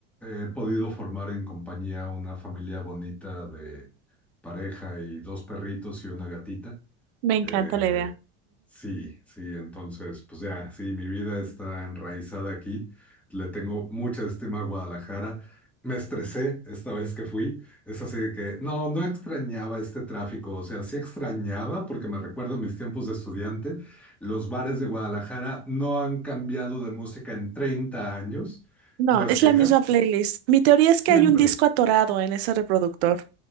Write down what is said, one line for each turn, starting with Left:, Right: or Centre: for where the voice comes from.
Centre: he podido formar en compañía una familia bonita de pareja y dos perritos y una gatita.
Right: Me encanta
Centre: Eh,
Right: la idea.
Centre: Sí, sí, entonces, pues ya, sí, mi vida está enraizada aquí. Le tengo mucha estima a Guadalajara. Me estresé esta vez que fui. Es así de que, no, no extrañaba este tráfico. O sea, sí extrañaba porque me recuerdo mis tiempos de estudiante. Los bares de Guadalajara no han cambiado de música en 30 años.
Right: No,
Centre: No es
Right: es
Centre: queja,
Right: la misma playlist. Mi teoría
Centre: siempre.
Right: es que hay un disco atorado en ese reproductor.